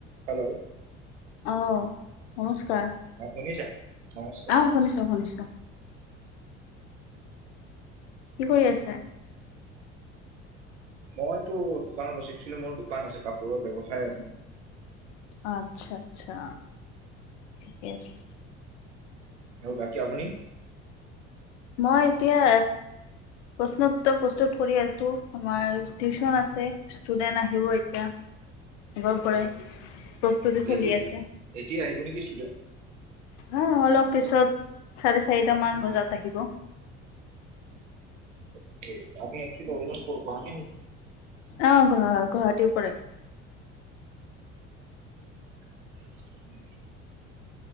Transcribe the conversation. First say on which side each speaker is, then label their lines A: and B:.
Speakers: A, on the right; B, on the left.
A: Hello?
B: অঁ, নমস্কাৰ।
A: অ শুনিছা? নমস্কাৰ।
B: আ শুনিছো শুনিছো। কি কৰি আছে?
A: মইতো দোকানত আছো, একচুৱেলি মোৰ দোকান আছে, কাপোৰৰ ব্যৱসায় আছে।
B: অ আচ্ছা আচ্ছা, ঠিকে আছে।
A: আৰু বাকি আপুনি?
B: মই এতিয়া প্ৰশ্ন উত্তৰ প্ৰস্তুত কৰি আছো আমাৰ টিউচন আছে। ষ্টুডেন্ট আহিব এতিয়া আগৰ পৰাই, চলি
A: এতিয়া,
B: আছে
A: এতিয়া আহিব নেকি ষ্টুডেণ্ট?
B: উম অলপ পিছত চাৰে চাৰিটা মান বজাত আহিব।
A: অকে, আপুনি একচুৱেল অৰ্জিনিয়েল কৰ গুৱাহাটীৰ নেকি?
B: অ ঘৰ গুৱাহাটীৰ পৰে,
A: <inaudible>